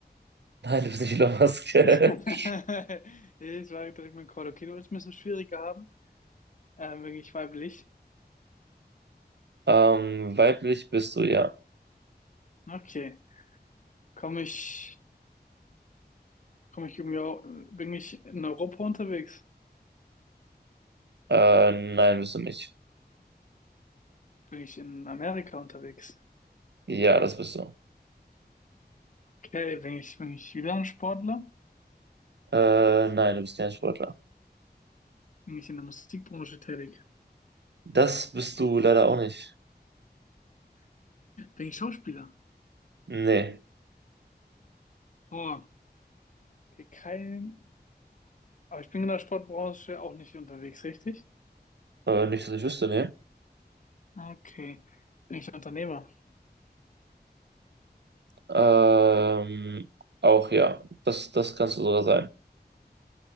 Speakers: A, on the right; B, on the left.
A: <laughs> Nein, du bist nicht Elon Musk.
B: <laughs>
A: <laughs>
B: Ich war direkt mein dem Call. Okay, du willst ein bisschen schwieriger haben. Ähm, bin ich weiblich?
A: Ähm, weiblich bist du, ja.
B: Okay. Komme ich, komme ich irgendwie, au- bin ich in Europa unterwegs?
A: Äh, nein, bist du nicht.
B: Bin ich in Amerika unterwegs?
A: Ja, das bist du.
B: Okay, bin ich, bin ich wieder ein Sportler?
A: Äh, nein, du bist kein Sportler.
B: Bin ich in der Musikbranche tätig?
A: Das bist du leider auch nicht.
B: Bin ich Schauspieler?
A: Nee,
B: Boah, okay, kein, aber ich bin in der Sportbranche auch nicht unterwegs, richtig?
A: äh, nicht, dass ich wüsste, nee.
B: Okay. Bin ich Unternehmer?
A: Ähm, auch ja, das, das kannst du sogar sein.